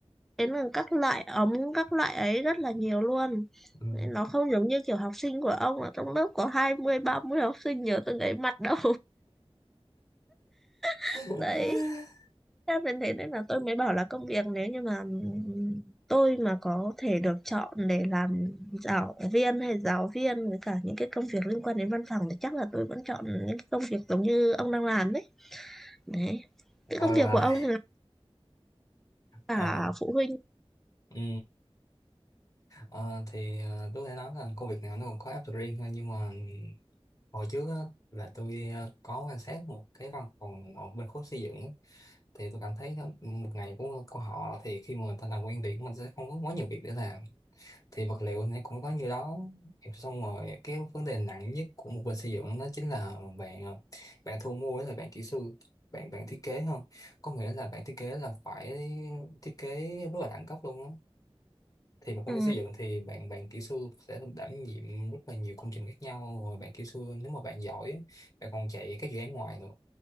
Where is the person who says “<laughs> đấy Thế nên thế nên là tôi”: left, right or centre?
Centre